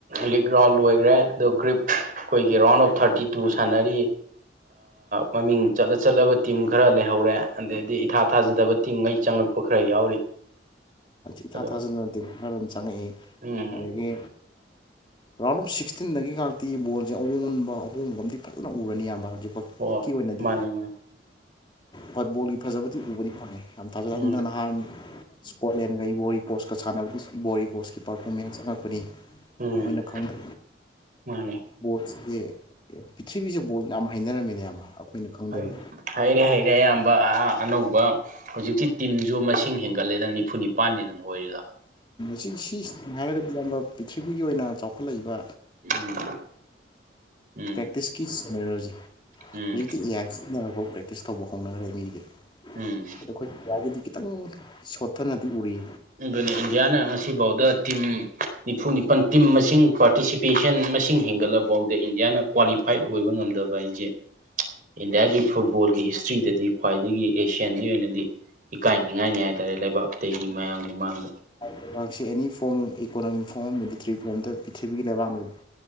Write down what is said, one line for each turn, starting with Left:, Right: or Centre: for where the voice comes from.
Right: ꯂꯤꯛ ꯔꯥꯎꯟ ꯂꯣꯏꯈ꯭ꯔꯦ ꯑꯗꯣ ꯒ꯭ꯔꯤꯞ ꯑꯩꯈꯣꯏꯒꯤ ꯔꯥꯎꯟ ꯑꯣꯐ ꯊꯥꯔꯇꯤ ꯇꯨ ꯁꯥꯟꯅꯔꯤꯌꯦ ꯃꯃꯤꯡ ꯆꯠꯂ ꯆꯠꯂꯕ ꯇꯤꯝ ꯈꯔ ꯂꯩꯍꯧꯔꯦ ꯑꯗꯩꯗꯤ ꯏꯊꯥ ꯊꯥꯖꯗꯕ ꯇꯤꯝꯉꯩ ꯆꯪꯉꯛꯄ ꯈꯔ ꯌꯥꯎꯔꯤ
Left: ꯏꯊꯥ
Right: ꯑꯗꯣ
Left: ꯊꯥꯖꯅꯗꯤꯝ ꯈꯔ ꯑꯗꯨꯝ ꯆꯪꯉꯛꯏ
Right: ꯎꯝ
Left: ꯑꯗꯒꯤ ꯔꯥꯎꯟ ꯑꯣꯐ ꯁꯤꯛꯁꯇꯤꯟꯗꯒꯤ ꯉꯥꯏꯥꯛꯇꯤ ꯕꯣꯜꯁꯦ ꯑꯑꯣꯟꯕ ꯑꯍꯣꯡꯕ ꯑꯃꯗꯤ ꯐꯖꯅ ꯎꯔꯅꯤ ꯌꯥꯝꯕ ꯍꯧꯖꯤꯛꯐꯥꯎ
Right: ꯍ
Left: ꯀꯤ ꯑꯣꯏꯅꯗꯤ
Right: ꯃꯥꯅꯦ ꯃꯥ
Left: ꯐꯨꯠꯕꯣꯜꯒꯤ ꯐꯖꯕꯗꯤ ꯎꯕꯗꯤ ꯐꯥꯝꯉ ꯌꯥꯝ ꯊꯥꯖꯩꯟꯗꯪ
Right: ꯎꯝ
Left: ꯅꯍꯥꯟ ꯏꯁꯀꯣꯠꯂꯦꯟꯒ ꯕꯣꯔꯤ ꯀꯣꯁꯀ ꯁꯥꯟꯅꯕꯒꯤ ꯕꯣꯔꯤ ꯀꯣꯁꯀꯤ ꯄꯥꯔꯐꯣꯃꯦꯟꯁ ꯑꯉꯛꯄꯅꯤ
Right: ꯎꯝ
Left: ꯑꯩꯈꯣꯏꯅ ꯈꯪꯗꯦ
Right: ꯃꯥꯅꯤ
Left: ꯕꯣꯠꯁꯦ ꯄ꯭ꯔꯤꯊ꯭ꯤꯕꯤꯁꯦ ꯕꯣꯠ ꯌꯥꯝ ꯍꯥꯏꯅꯔꯝꯃꯦꯅꯦ ꯌꯥꯝ ꯑꯃ ꯑꯩꯈꯣꯏꯅ ꯈꯪꯗꯕꯤꯗ
Right: ꯍ ꯍꯩꯔꯦ ꯍꯩꯔꯦ ꯑꯌꯥꯝꯕ ꯑꯅꯧꯕ ꯍꯧꯖꯤꯛꯇꯤ ꯇꯤꯝꯁꯨ ꯃꯁꯤꯡ ꯍꯦꯟꯒꯠꯂꯦꯗꯅ ꯅꯤꯐꯨ ꯅꯤꯄꯥꯟꯅꯦꯗꯅ ꯑꯣꯏꯔꯤꯗ
Left: ꯁꯤ ꯁꯤ ꯍꯥꯏꯔꯗꯗꯤꯕ ꯄ꯭ꯔꯤꯊꯤꯕꯤꯒꯤ ꯑꯣꯏꯅ ꯆꯥꯎꯈꯠꯂꯛꯏꯕ
Right: ꯎꯝ ꯎꯝ
Left: ꯄꯤꯁ ꯀ ꯁꯦꯅꯦꯔꯣꯁꯦ
Right: ꯎꯝ
Left: ꯍꯧꯖꯤꯛꯇꯤ ꯏ ꯁꯤꯖꯤꯟꯅꯔꯛꯐ ꯄ꯭ꯔꯦꯛꯇꯤꯁ ꯇꯧꯕ ꯍꯧꯅꯈ꯭ꯔꯦ ꯃꯤꯒꯤꯗꯤ
Right: ꯎꯝ
Left: ꯑꯗꯣ ꯑꯩꯈꯣꯏ ꯏꯟꯗꯤꯌꯥꯒꯤꯗꯤ ꯈꯤꯇꯪ ꯁꯣꯠꯊꯅꯗꯤ ꯎꯔꯤꯌꯦ
Right: ꯑꯗꯨ ꯏꯟꯗꯤꯌꯥꯅ ꯉꯁꯤ ꯁꯤꯐꯥꯎꯗ ꯇꯤꯝ ꯅꯤꯐꯨ ꯅꯤꯄꯜ ꯇꯤꯝ ꯃꯁꯤꯡ ꯄꯥꯔꯇꯤꯁꯤꯄꯦꯁꯟ ꯃꯁꯤꯡ ꯍꯦꯟꯒꯠꯂꯐꯥꯎꯗ ꯏꯟꯗꯤꯌꯥꯅ ꯀ꯭ꯋꯥꯂꯤꯐꯥꯏꯠ ꯑꯣꯏꯕ ꯉꯝꯗꯕ ꯑꯩꯁꯦ ꯏꯟꯗꯤꯌꯥꯒꯤ ꯐꯨꯠꯕꯣꯜꯒꯤ ꯍꯤꯁꯇ꯭ꯔꯤꯗꯗꯤ ꯈ꯭ꯋꯥꯏꯗꯒꯤ ꯑꯦꯁꯤꯌꯥꯟꯒꯤ ꯑꯣꯏꯅꯗꯤ ꯏꯀꯥꯏꯅꯤꯡꯉꯥꯏꯅꯤ ꯍꯥꯏꯇꯥꯔꯦ ꯂꯩꯕꯥꯛ ꯑꯇꯩꯒꯤ ꯃꯌꯥꯝꯒꯤ ꯃꯥꯡꯗ
Left: ꯂꯩꯕꯥꯛꯁꯤ any form of economic form military ꯐꯣꯔꯝꯗ ꯄ꯭ꯔꯤꯊꯤꯕꯤꯒꯤ ꯂꯩꯕꯥꯛ